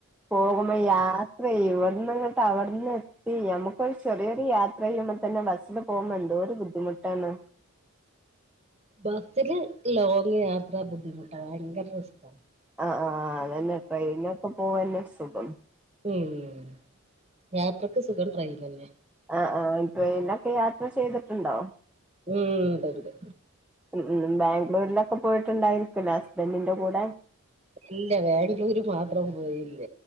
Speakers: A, in the centre; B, on the right (about 30°).
A: പോകുമ്പോ യാത്രേ ഇവിടന്ന്ങ്ങട്ട് അവിടുന്ന് ടി നമുക്കൊരു ചെറിയൊരു യാത്ര ചെയ്യുമ്പോ തന്നെ ബസ്സില് പോകുമ്പ എന്തോര് ബുദ്ധിമുട്ടാണ്
B: ബസ്സില് ലോങ് യാത്ര ബുദ്ധിമുട്ടാ ഭയങ്കര റിസ്ക്കാ
A: ആഹ് ആഹ് ആഹ് അതന്നെ ട്രെയിനൊക്കെ പോവാനാ സുഖം
B: ഉം യാത്രക്ക് സുഖം ട്രെയിന് തന്നെ
A: ആഹ് ആഹ് ട്രെയിനിലൊക്കെ യാത്ര ചെയ്തിട്ടുണ്ടോ
B: ഉം ഉണ്ട്ണ്ട്
A: ഉം ഉം ബാംഗ്ലൂരിലൊക്കെ പോയിട്ടുണ്ടാരിക്കുല്ലോ ഹസ്ബൻഡിന്റെ കൂടെ
B: ഇല്ല ബാംഗ്ലൂര് മാത്രം പോയില്ല